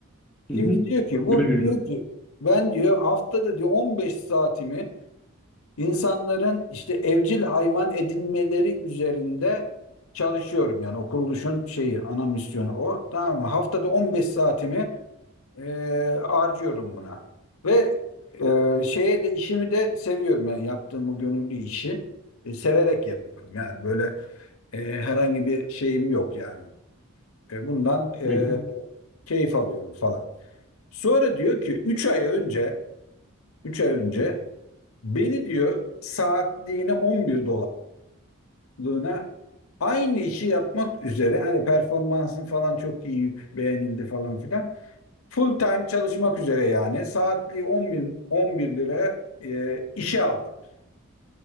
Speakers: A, on the left (about 80°); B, in the centre.
A: Şimdi
B: Hı hı.
A: diyor ki bu
B: Gönüllü.
A: diyor ki ben diyor haftada diyor 15 saatimi insanların işte evcil hayvan edinmeleri üzerinde çalışıyorum. Yani o kuruluşun şeyi ana misyonu o. Tamam mı? Haftada 15 saatimi e, harcıyorum buna. Ve e, şeye de işimi de seviyorum yani yaptığım bu gönüllü işi e, severek yapıyorum. Yani böyle e, herhangi bir şeyim yok yani. E, bundan e,
B: Bekle.
A: keyif alıyorum falan. Sonra diyor ki üç ay önce Üç ay önce beni diyor saatliğine 11 dolarlığına aynı işi yapmak üzere hani performansın falan çok iyi beğenildi falan filan full time çalışmak üzere yani saatliği 11, 11 lira e, işe aldılar.